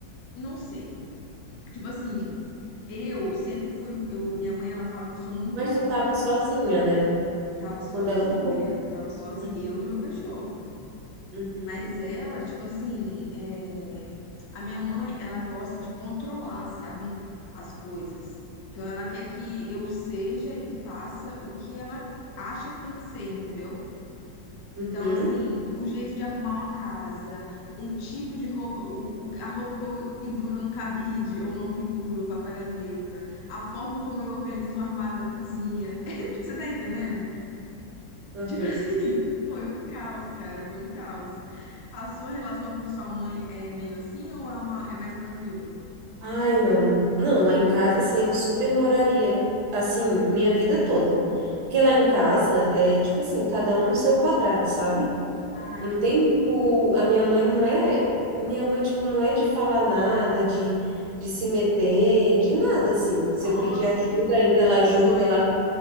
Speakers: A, on the left (about 75°); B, on the right (about 75°).
A: não sei. Tipo assim, eu sempre fui, eu, minha mãe, ela fala que eu sou muito
B: Mas tu tava sozinha, né?
A: Tava sozinha,
B: Quando ela foi.
A: tava sozinha,
B: Uhum,
A: eu e meu cachorro.
B: uhum,
A: Mas ela, tipo assim, é, a minha mãe, ela gosta de controlar, sabe, as coisas. Então ela quer que eu seja e faça o que ela acha que tem que ser, entendeu?
B: uhum,
A: Então, assim, o jeito de arrumar uma casa, um tipo de roupa, o, o- a roupa que eu penduro no cabide ou não penduro, vai pra gaveta, a forma como eu organizo o armário da cozinha. <laughs> Você tá entendendo?
B: uhum.
A: Tipo assim, <laughs> foi um caos, cara, foi um caos. A sua relação com sua mãe é meio assim ou é uma é mais tranquila?
B: Ai, não. Não, lá em casa, assim, eu super moraria, assim, minha vida toda. Porque lá em casa é, tipo assim, cada um no seu quadrado, sabe?
A: Ai,
B: Não
A: que
B: tem
A: bom.
B: muito. A minha mãe não é. Minha mãe, tipo, não é de falar nada, de, de se meter, de nada, assim. Se
A: Nossa,
B: eu pedir ajuda,
A: que
B: ainda ela
A: é meu
B: ajuda,
A: sonho.
B: ela